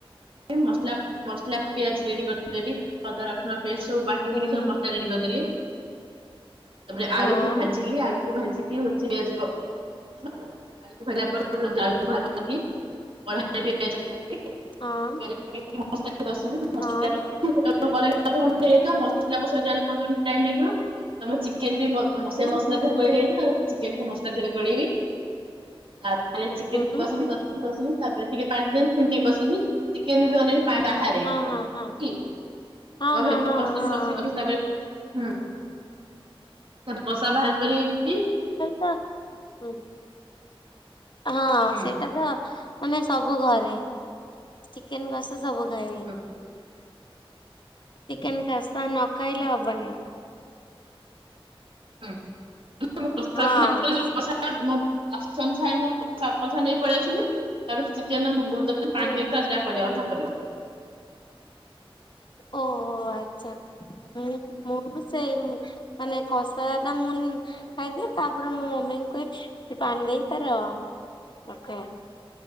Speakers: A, on the right (about 65°); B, on the left (about 55°).
A: ମସଲା ମସଲା ପିଆଜ ରେଡି କରିଦେବି ଅଦା ରସୁଣ ପେଷ୍ଟ ସବୁ ବାଟି
B: ହୁଁ
A: ବୁଟିକି ସବୁ ମସଲା ରେଡି କରିଦେଲି। ତାପରେ
B: ହଁ
A: ଆଳୁକୁ ଭାଜିଲି ଆଳୁକୁ ଭାଜିକି ହଉଛି ଆଳୁକୁ ଭାଜିଲା ପରେ ଆଳୁକୁ ବାହାର କଲି କଢା ହେଇଥିବା
B: ହଁ
A: ପିଆଜ ସଲା
B: ହଁ
A: <inaudible> ଗଲାବେଳକୁ ଅଧଘଣ୍ଟେ ହେଇଯିବ ମସଲା କସିଵାଯାହେଲେ ପନ୍ଦର ମିନଟ ଟାଇମ ଲାଗିବ ତମ ଚିକେ ବି ବ ସେ
B: ହୁଁ
A: ମସଲା
B: ହୁଁ
A: ଥରେ
B: ହୁଁ
A: ଗୋଳେଇ ହୋଇବ ଆ ଚିକେନକୁ ମସଲା ଦେହରେ ଗୋଳେଇବି ଆଉ ଚିକେନକୁ
B: ହୁଁ
A: କଷିବି କି କିଷିବି ତାପରେ ଟିକେ ପାଣି ଦେବି ପୁଣି ଟିକେ କସିବି ଚିକେନ ବି ଅଲରେ ପାଣି ବାହାରେ
B: ହଁ ହଁ ହଁ।
A: କି
B: ହଁ
A: ହେମତି
B: ହଁ ହଁ
A: କଷିବି
B: ହଁ
A: କଷିବି
B: ହଁ
A: କଷିବି ତାପରେ ହୁଁ କଷା ବାହାର କର କି
B: ହ ହୁଁ, ହଁ
A: ହୁଁ
B: ସେଇଟା ତ ମାନେ ସବୁ ଘରେ ଚିକେନ କସା ସବୁ ଘରେ
A: ହୁଁ। ହୁଁ।
B: ଚିକେନ କାଷା ନ ଖାଇଲେ ହବନାଇଁ।
A: ହୁଁ <inaudible> ପ୍ରା
B: ହଁ
A: ପ୍ରସାଦ ଆସନ ଛାଣିବା <unintelligible> ପଳେଇ ଆସିମି ତାପରେ ଚିକେନ ମୁଁ ବହୁ ସେଥିରେ ପାଣି
B: ହୁଁ
A: ଦିନିଷ ଜାହା କରିବା କଥା କରିବ।
B: ଓ ଆଚ୍ଛା, ହଁ ମୁଁ ବି ସେଇ ମାନେ କଷା ଟା ମୁଁ ଖାଇଦିଏ ତାପରେ ମୁଁ ମମି ପାଣି ଦେଇ ତାର ରଖେ।